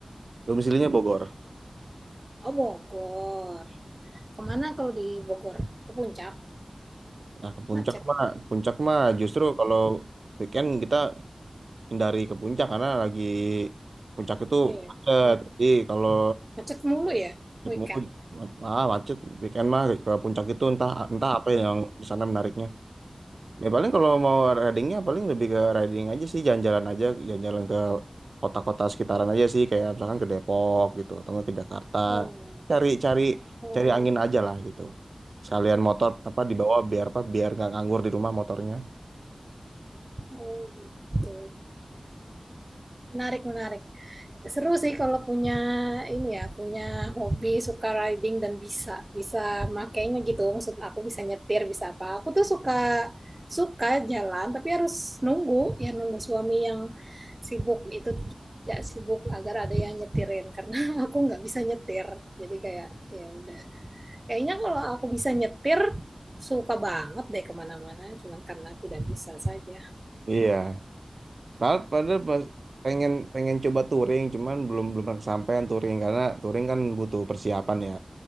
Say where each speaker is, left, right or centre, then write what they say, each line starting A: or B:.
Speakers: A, on the right; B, on the right.
A: Domisilinya Bogor.
B: Oh, Bogor. Kemana kalau di Bogor? Ke Puncak?
A: Nah, ke puncak
B: Macet.
A: mah, puncak mah justru kalau weekend kita hindari ke puncak karena lagi puncak itu
B: Iya, ya.
A: macet.
B: Ma-
A: Jadi kalau
B: macet mulu ya
A: macet
B: weekend.
A: mulu, ah, macet weekend mah ke puncak itu entah entah apa yang di sana menariknya. Ya paling kalau mau ridingnya paling lebih ke riding aja sih jalan-jalan aja jalan-jalan ke kota-kota sekitaran aja sih kayak misalkan ke Depok gitu atau nggak ke Jakarta
B: Oh,
A: cari-cari
B: oh,
A: cari angin aja lah gitu sekalian motor apa
B: Mm.
A: dibawa biar apa biar nggak nganggur di rumah motornya
B: oh gitu. Menarik, menarik. Seru sih kalau punya ini ya, punya hobi suka riding dan bisa bisa makainya gitu. Maksud aku bisa nyetir, bisa apa. Aku tuh suka suka jalan tapi harus nunggu ya nunggu suami yang sibuk itu tidak sibuk agar ada yang nyetirin karena <laughs> aku nggak bisa nyetir. Jadi kayak ya udah. Kayaknya kalau aku bisa nyetir suka banget deh kemana-mana cuman karena tidak bisa saja.
A: iya padahal padahal pas- pengen pengen coba touring cuman belum belum pernah kesampaian touring karena touring kan butuh persiapan ya